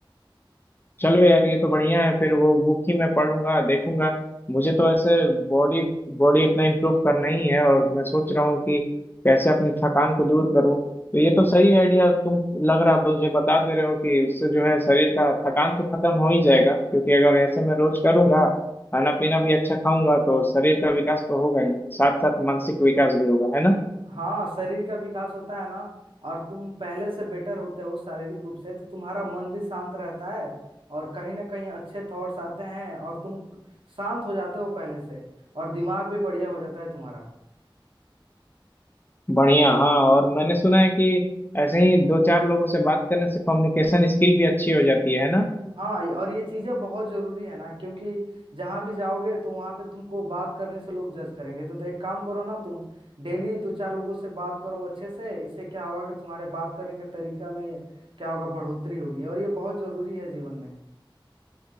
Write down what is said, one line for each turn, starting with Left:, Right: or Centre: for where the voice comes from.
Left: चलो यार ये तो बढ़िया है फिर वो बुक ही मैं पढ़ूंगा देखूंगा मुझे तो ऐसे बॉडी बॉडी अपना इम्प्रूव करना ही है और मैं सोच रहा हूँ कि कैसे अपनी थकान को दूर करूँ तो ये तो सही आइडिया तुम लग रहा मुझे बता दे रहे हो कि इससे जो है शरीर का थकान तो खत्म हो ही जाएगा क्योंकि अगर ऐसे मैं रोज करूंगा खाना पीना भी अच्छा खाऊंगा तो शरीर का विकास तो होगा ही साथ साथ मानसिक विकास भी होगा है ना
Right: हाँ शरीर का विकास होता है ना और तुम पहले से बेटर होते हो शारीरिक रूप से तो तुम्हारा मन भी शांत रहता है और कहीं ना कहीं अच्छे थॉट्स आते हैं और तुम शांत हो जाते हो पहले से और दिमाग भी बढ़िया हो जाता है तुम्हारा
Left: बढ़िया हाँ और मैंने सुना है कि ऐसे ही दो चार लोगों से बात करने से कम्युनिकेशन स्किल भी अच्छी हो जाती है है ना
Right: हाँ ये- और ये चीजें बहुत जरूरी है ना क्योंकि जहां भी जाओगे तो वहां पे तुमको बात करने से लोग जज करेंगे तो, तो एक काम करो ना तुम डेली दो चार लोगों से बात करो अच्छे से इससे क्या होगा कि तुम्हारे बात करने के तरीका में क्या होगा बढ़ोतरी होगी और ये बहुत जरूरी है जीवन में